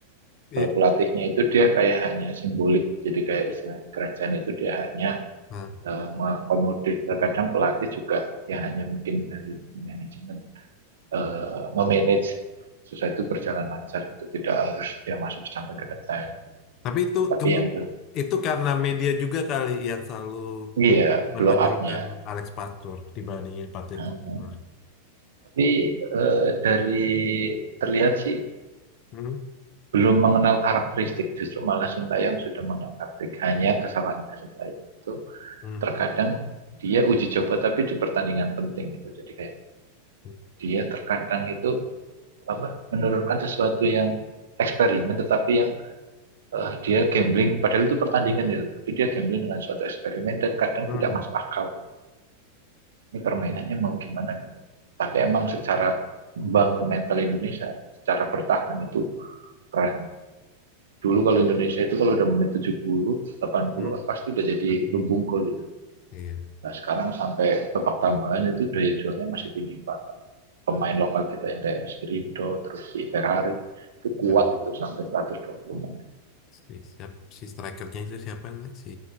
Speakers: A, on the left; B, on the right.
A: Iya.
B: kalau pelatihnya itu dia kayak hanya simbolik jadi kayak istilahnya kerajaan itu dia hanya
A: nah
B: uh, mengakomodir. Terkadang pelatih juga ya hanya mungkin dari manajemen uh, memanage sesuatu berjalan lancar gitu, tidak harus dia masuk sampai ke detail.
A: tapi itu
B: Tapi
A: kemu-
B: yang
A: itu karena media juga kali yang selalu
B: iya
A: menonjolkan
B: blow up-nya.
A: Alex Pastur dibandingin Patrick
B: Hmm.
A: Kluivert
B: Tapi uh, dari terlihat sih
A: Hmm,
B: belum mengenal karakteristik, justru malah Sintayong sudah mengenal karakteristik. Hanya kesalahannya Sintayong itu
A: hmm,
B: terkadang dia uji coba tapi di pertandingan penting gitu. Jadi kayak
A: hmm.
B: dia terkadang itu apa menurunkan sesuatu yang eksperimen tetapi yang eh, dia gambling padahal itu pertandingan gitu tapi dia gambling dengan suatu eksperimen dan kadang
A: hmm.
B: tidak masuk akal ini permainannya
A: Hmm,
B: mau gimana gitu tapi emang secara membangun mental Indonesia secara bertahan itu keren dulu kalau Indonesia itu kalau udah menit tujuh puluh, delapan puluh
A: hmm,
B: kan pasti udah jadi
A: asli.
B: lumbung gol itu
A: Iya,
B: nah sekarang sampai babak tambahan itu daya jualnya masih tinggi banget pemain lokal kita yang kayak Rizky Ridho terus si Ferrari itu kuat
A: karena
B: itu sampai 120.
A: si siap si strikernya itu siapa nih? Si